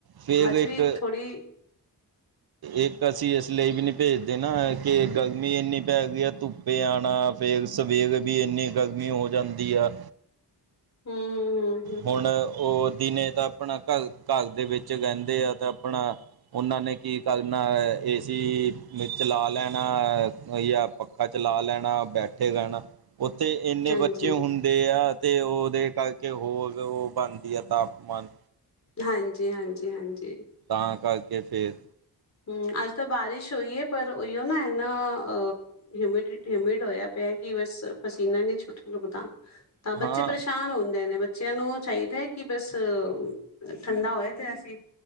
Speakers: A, on the right; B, on the left.
A: ਫੇਰ
B: ਅੱਜ
A: ਇੱਕ
B: ਵੀ ਥੋੜ੍ਹੀ
A: ਇੱਕ ਅਸੀਂ ਇਸ ਲਈ ਵੀ ਨੀ ਭੇਜਦੇ ਨਾ ਕਿ ਗਰਮੀ ਏਨੀ ਪੈ ਗਈ ਐ ਧੁੱਪ ਪੇ ਆਣਾ ਫੇਰ ਸਵੇਰ ਵੀ ਇੰਨੀ ਗਰਮੀ ਹੋ ਜਾਂਦੀ ਆ।
B: ਹੂੰ ਹੂੰ ਹੂੰ ਹੂੰ।
A: ਹੁਣ ਓ ਦਿਨੇ ਤਾਂ ਅਪਣਾ ਕੱਲ-ਕੱਲ ਦੇ ਵਿੱਚ ਰੈਦੇ ਆ, ਤਾ ਆਪਣਾ ਓਨਾ ਨੇ ਕੀ ਕਰਨਾ ਐ ਏਸੀ <unintelligible> ਚਲਾ ਲੈਣਾ, ਯਾ ਪ ਖਾ, ਚਲਾ ਲੈਣਾ ਬੈਠੇ ਰੈਣਾ ਓਥੇ ਏਨੇ
B: ਹਾਂਜੀ
A: ਬੱਚੇ ਹੁੰਦੇ ਆ, ਤੇ ਓਦੇ ਕਾਰਕੇ ਹੋਰ ਓ ਬਣਦੀ ਆ ਤਾਪਮਾਨ
B: ਹਾਂਜੀ, ਹਾਂਜੀ, ਹਾਂਜੀ।
A: ਤਾਂ ਕਾਰਕੇ ਫੇਰ
B: ਹੂੰ, ਅੱਜ ਤਾ ਬਾਰਿਸ਼ ਹੋਈ ਏ, ਪਰ ਓਈ ਓ ਨਾ, ਐਨਾ ਅ ਹਿਊਮਿਡੀਟੀ, ਹਿਊਮਿਡ ਹੋਇਆ ਪੇਆ, ਕਿ ਬਸ ਪਸੀਨਾ ਨੀ ਛੁੱਟ ਰੁਕਦਾ। ਤਾਂ ਬੱਚੇ
A: ਹਾਂ
B: ਪਰੇਸ਼ਾਨ ਹੁੰਦੇ ਨੇ, ਬੱਚੇਆਂ ਨੂੰ ਚਾਈਦਾ ਕਿ ਬਸ ਅ ਠੰਡਾ ਹੋਏ ਤੇ ਅਸੀਂ